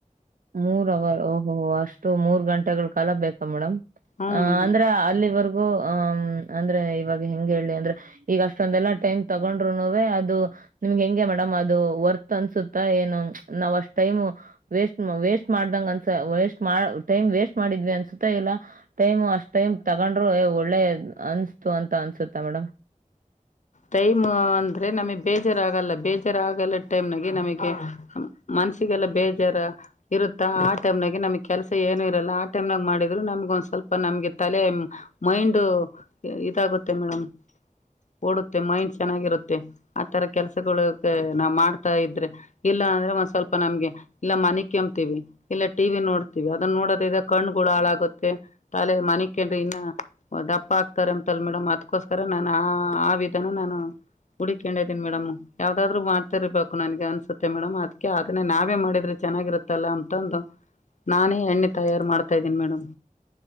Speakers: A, on the right (about 80°); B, on the left (about 60°).
A: ಮೂರ್ ಅವರ್ ಓಹೋ ಅಷ್ಟು ಮೂರ್ ಗಂಟೆಗಳ ಕಾಲ ಬೇಕಾ ಮೇಡಮ್.
B: ಹ್ಮ್
A: ಅ
B: ಮೇಡಮ್
A: ಅಂದ್ರ ಅಲ್ಲಿವರೆಗೂ ಆ ಅಂದ್ರೆ ಇವಾಗ ಹೆಂಗ ಹೇಳಿ ಅಂದ್ರೆ. ಈಗ ಅಷ್ಟೊಂದೆಲ್ಲಾ ಟೈಮ್ ತಗೊಂಡ್ರುನುವೆ ಅದು. ನಿಮ್ಗೆ ಹೆಂಗೆ ಮೇಡಮ್ ಅದು ವರ್ತ್ ಅನ್ಸುತ್ತ ಏನು ನಾವ್ ಅಷ್ಟ್ ಟೈಮ್. ವೇಸ್ಟ್ ಮಾಡ್ದಂಗ ಅನ್ಸ ವೇಸ್ಟ್ ಮಾಡ ಟೈಮ್ ವೇಸ್ಟ್ ಮಾಡಿದ್ವಿ ಅನ್ಸುತ್ತಾ ಇಲ್ಲಾ. ಟೈಮ್ ಅಷ್ಟ್ ಟೈಮ್ ತಗೊಂಡ್ರೆ ಹೆ ಒಳ್ಳೆ ಅನ್ಸ್ತು ಅಂತ ಅನ್ಸುತ್ತ ಮೇಡಮ್.
B: ಟೈಮ್ ಅಂದ್ರೆ ನಮಗೆ ಬೇಜಾರಾಗಲ್ಲ ಬೇಜಾರಾಗಲ್ಲ. ಟೈಮ್ನಗೆ ನಮಗೆ ಮನ್ಸಿಗೆಲ್ಲ ಬೇಜಾರ. ಇರುತ್ತಾ ಆ ಟೈಮ್ನಾಗ ನಮ್ಗ್ ಕೆಲ್ಸ ಏನು ಇರಲ್ಲ ಆ ಟೈಮ್ನಾಗ ಮಾಡಿದ್ರು ನಮ್ಗ ಒಂದ್ ಸ್ವಲ್ಪ ನಮ್ಗೆ ತಲೆ. ಮೈಂಡು ಇದಾಗುತ್ತೆ ಮೇಡಮ್. ಓಡುತ್ತೆ ಮೈಂಡ್ ಚೆನ್ನಾಗಿರುತ್ತೆ ಆತರ ಕೆಲಸಗಳು ನಾವ್ ಮಾಡ್ತಾ ಇದ್ರೆ. ಇಲ್ಲ ಅಂದ್ರೆ ಒಂದ್ ಸ್ವಲ್ಪ ನಮ್ಗೆ. ಇಲ್ಲ ಮಲಿಕಂಬ್ತೀವಿ ಇಲ್ಲ ಟಿವಿ ನೋಡ್ತಿವಿ ಅದನ್ನ ನೋಡೋದ್ರ ಇದ ಕಣ್ಗಳು ಹಾಳಾಗುತ್ತೆ. ತಲೆೆ ಮನಿಕಂಡ್ರ ಇನ್ನ ದಪ್ಪ ಆಕ್ತಾರ ಅಂತಲ್ ಮೇಡಮ್ ಅದಕೋಸ್ಕರ ನಾನ ಆ ವಿದಾನ ನಾನು. ಹುಕೊಂಡ ಇದೀನಿ ಮೇಡಮ್ ಯಾವ್ದಾದ್ರು ಮಾಡ್ತರ್ಬೇಕು ನನ್ಗೆ ಅನ್ಸುತ್ತೆ ಮೇಡಮ್ ಅದ್ಕ್ಕೆ ಅದನ್ನ ನಾವೇ ಮಾಡಿದ್ರೆ. ಚೆನ್ನಾಗಿರುತ್ತಲ್ಲ ಅಂತಂದು ನಾನೇ ಎಣ್ಣೆ ತಯಾರ್ ಮಾಡ್ತಾ ಇದ್ದೀನಿ ಮೇಡಮ್.